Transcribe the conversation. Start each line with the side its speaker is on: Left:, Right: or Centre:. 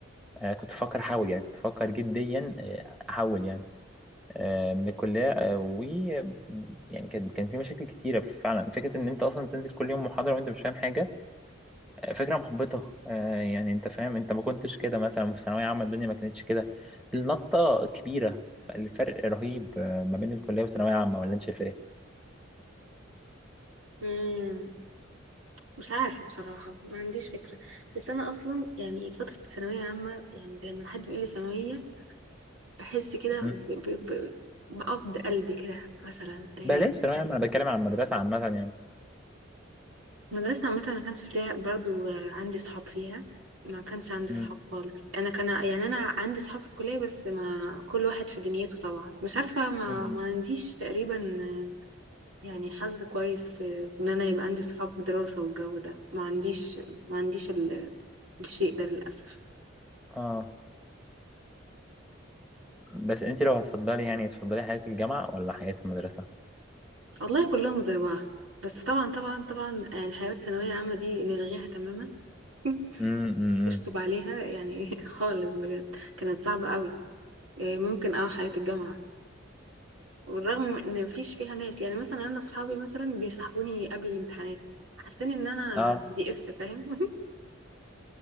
Centre: آه، كنت بفكر احول يعني كنت بفكر جديا آه، احول يعني آه، من الكليه آه، و يعني كان كان في مشاكل كتيره فعلا فكره ان انت اصلا تنزل كل يوم محاضره وانت مش فاهم حاجه فكرة محبطة آه، يعني انت فاهم انت ما كنتش كده مثلا في ثانوية عامة الدنيا ما كانتش كده النطة كبيرة الفرق رهيب آه، ما بين الكلية والثانوية عامة ولا انت شايف ايه؟
Right: مم. مش عارفة بصراحة ما عنديش فكرة بس أنا أصلا يعني فترة الثانوية عامة يعني لما حد بيقول لي ثانوية بحس كده
Centre: مم.
Right: ب- ب- ب- بقبض قلبي كده مثلا آه،
Centre: بلاش ثانوية عامة انا بتكلم عن المدرسة عامة يعني
Right: المدرسة عامة ما كانش فيها برضو آه، عندي صحاب فيها ما كانش عندي
Centre: مم.
Right: صحاب خالص أنا كان يعني أنا عندي صحاب في الكلية بس ما كل واحد في دنيته طبعا مش عارفة ما,
Centre: مم.
Right: ما عنديش تقريبا آه، يعني حظ كويس في, في إن أنا يبقى عندي صحاب دراسة والجو ده ما عنديش ما عنديش ال- الشيء ده للأسف
Centre: اه بس انت لو هتفضلي يعني تفضلي حياة الجامعة ولا حياة المدرسة؟
Right: والله كلهم زي بعض بس طبعا طبعا طبعا يعني حيوات ثانوية عامة دي نلغيها تماما <laughs>
Centre: امم امم
Right: اشطب عليها يعني <laughs> خالص بجد كانت صعبة قوي إيه، ممكن اه حياة الجامعة والرغم ان مفيش فيها ناس يعني مثلا انا اصحابي مثلا بيسحبوني قبل الامتحانات حاسين ان انا
Centre: اه
Right: بي دي اف فاهم